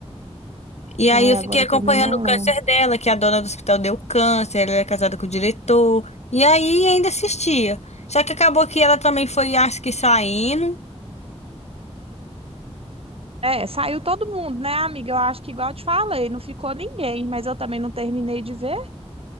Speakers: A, on the left; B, on the right.
A: E aí
B: ai,
A: eu
B: agora
A: fiquei acompanhando
B: eu também não
A: o câncer
B: lembro.
A: dela, que a dona do hospital deu câncer, ela era casada com o diretor. E aí ainda assistia. Só que acabou que ela também foi, acho que saindo.
B: É, saiu todo mundo, né, amiga? Eu acho que igual eu te falei, não ficou ninguém, mas eu também não terminei de ver.